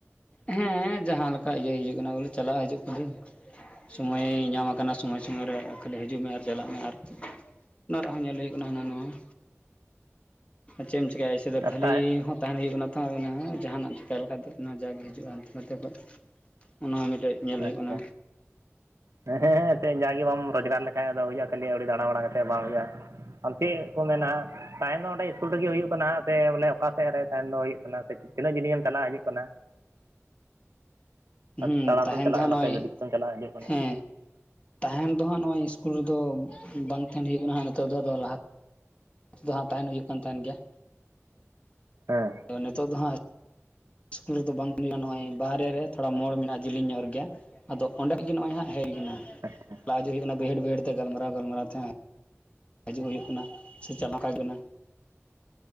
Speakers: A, on the left; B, on the right.
A: ᱦᱮᱸ ᱡᱟᱦᱟᱸ ᱞᱮᱠᱟ ᱤᱭᱟᱹ ᱦ ᱦᱩᱭᱩᱜ ᱠᱟᱱᱟ ᱵᱚᱞᱮ ᱪᱟᱞᱟᱜ ᱦᱤᱡᱩᱜ ᱠᱟᱱᱤᱧ, ᱥᱚᱢᱚᱭᱮ ᱧᱟᱢ ᱟᱠᱟᱱᱟ ᱥᱚᱢᱚᱭ ᱥᱚᱢᱚᱭ ᱨᱮ, ᱠᱷᱟᱹᱞᱤ ᱦᱤᱡᱩᱜ ᱢᱮ ᱟᱨ ᱪᱟᱞᱟᱜ ᱢᱮ ᱟᱨ ᱚᱱᱟᱟᱜ ᱦᱚᱸᱚᱸ ᱧᱮᱞ ᱦᱩᱭᱩᱜ ᱠᱟᱱᱟ ᱦᱟᱱᱟ ᱱᱚᱣᱟᱣᱟ। ᱪᱮᱫ ᱮᱢ ᱪᱮᱠᱟᱭᱟᱮ ᱫᱚ
B: ᱟᱨ
A: ᱠᱷᱟᱹᱞᱤ
B: ᱛᱟᱦᱮᱸ
A: ᱦᱚᱸ ᱛᱟᱦᱮᱱ ᱦᱩᱭᱩᱜ ᱠᱟᱱᱟ ᱛᱚ ᱡᱟᱦᱟᱱᱟᱜ ᱮᱢ ᱪᱮᱟᱭ ᱞᱮᱠᱷᱟᱡ ᱫᱚ। ᱚᱱᱟ ᱡᱟᱜᱮ ᱦᱤᱡᱩᱜᱼᱟ ᱚᱱᱛᱮ ᱱᱚᱛᱮ ᱠᱷᱚᱡ ᱚᱱᱟ ᱦᱚᱸ ᱢᱤᱫᱴᱮᱱ ᱧᱮᱞ
B: ᱟᱪᱪᱷᱟ
A: ᱦᱩᱭᱩᱜ ᱠᱟᱱᱟ,
B: ᱦᱮᱸ ᱦᱮᱸ ᱮᱱᱛᱮ ᱡᱟᱜᱮ ᱵᱟᱢ ᱨᱳᱡᱽᱜᱟᱨ ᱞᱮᱠᱷᱟᱡ ᱟᱫᱚ ᱦᱩᱭᱩᱜ-ᱟ ᱠᱷᱟᱹᱞᱤ ᱟᱹᱣᱨᱤ ᱫᱟᱬᱟ ᱵᱟᱲᱟ ᱠᱟᱛᱮᱫ ᱵᱟᱝ ᱦᱩᱭᱩᱜ ᱟ, ᱦᱟᱪᱮᱫ ᱠᱚ ᱢᱮᱱᱟ ᱛᱟᱦᱮᱸᱱ ᱫᱚ ᱚᱸᱰᱮ, ᱥᱩᱨ ᱨᱮᱜᱮ ᱦᱩᱭᱩᱜ ᱠᱟᱱᱟ ᱥᱮ ᱚᱠᱟᱥᱮᱫ ᱵᱚᱞᱮ ᱚᱠᱟᱥᱮᱫ ᱨᱮ ᱛᱟᱦᱮᱱ ᱫᱚ ᱦᱩᱭᱩᱜ ᱠᱟᱱᱟ ᱥᱮ ᱛᱤᱱᱟᱹᱜ ᱡᱤᱞᱤᱧ ᱮᱢ ᱪᱟᱞᱟᱜ ᱦᱥᱡᱩᱜ ᱠᱟᱱᱟ, ᱟᱨ
A: ᱦᱩ
B: ᱛᱟᱲᱟᱢ
A: ᱛᱟᱦᱮᱱ
B: ᱛᱮᱢ ᱪᱟᱞᱟᱜ
A: ᱫᱚᱦ
B: ᱠᱟᱱᱟ
A: ᱱᱚᱜᱼᱚᱭ
B: ᱥᱮ ᱜᱟᱹᱰᱤ ᱠᱚᱛᱮᱢ ᱪᱟᱞᱟᱜ ᱦᱤᱡᱩᱜ ᱠᱟᱱᱟ
A: ᱦᱮᱸ᱾ ᱛᱟᱦᱮᱸᱱ ᱫᱚ ᱱᱟᱦᱟᱸᱜ ᱱᱚᱳᱭᱟ ᱤᱥᱠᱩᱞ ᱨᱮᱫᱚ ᱵᱟᱝ ᱛᱟᱦᱮᱱ ᱦᱩᱭᱩᱜ ᱠᱟᱱᱟ ᱟᱫᱚ ᱱᱤᱛᱚᱜ ᱫᱚ ᱟᱫᱚ ᱞᱟᱦᱟ, ᱫᱚ ᱦᱟᱜ ᱛᱟᱦᱮᱸᱱ ᱦᱩᱭᱩᱜ ᱠᱟᱱ ᱛᱟᱦᱮᱱ ᱜᱮᱭᱟ,
B: ᱦᱮᱸ
A: ᱱᱤᱛᱳᱜ ᱫᱚ ᱦᱟᱸᱜ ᱤᱥᱠᱩᱞ ᱨᱮᱫᱚ ᱵᱟᱝᱼᱟ ᱱᱚᱜᱼᱚᱭ ᱵᱟᱦᱦᱨᱮ ᱨᱮ ᱛᱷᱚᱲᱟ ᱢᱳᱲ ᱢᱮᱱᱟᱜᱼᱟ ᱡᱮᱞᱮᱧ ᱧᱚᱜ ᱨᱮᱜᱮ ᱟᱫᱚ ᱚᱸᱰᱮᱜᱮ ᱱᱚᱜᱼᱚᱭ ᱦᱟᱜ ᱦᱮᱡ ᱪᱟᱞᱟᱣ
B: ᱟᱪᱪᱷᱟ
A: ᱦᱤᱡᱩᱜ ᱦᱳᱭᱳᱜ ᱠᱟᱱᱟ ᱵᱟᱹᱭᱦᱟᱹᱲ ᱵᱟᱹᱭᱦᱟᱹᱲ ᱛᱮ ᱜᱟᱞᱢᱟᱨᱟᱣ ᱜᱟᱞᱢᱟᱨᱟᱣ ᱛᱮ ᱦᱟᱸᱜ ᱦᱤᱡᱩᱜ ᱦᱩᱭᱩᱜ ᱠᱟᱱᱟ ᱥᱮ ᱪᱟᱢᱟ ᱠᱟᱜ ᱠᱟᱱᱟ,